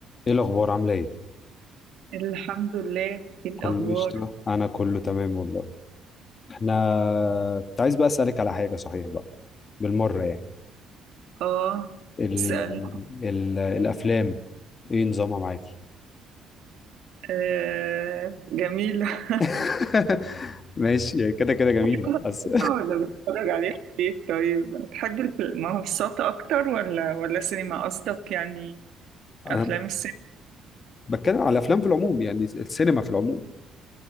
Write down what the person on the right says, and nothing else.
الحمد لله ايه الاخبار
اه
سأل
آه جميلة
<laughs>
ولا بتتفرج عليها في البيت طيب بتحب المنصات اكتر ولا ولا سينما قصدك يعني
افلام
السينما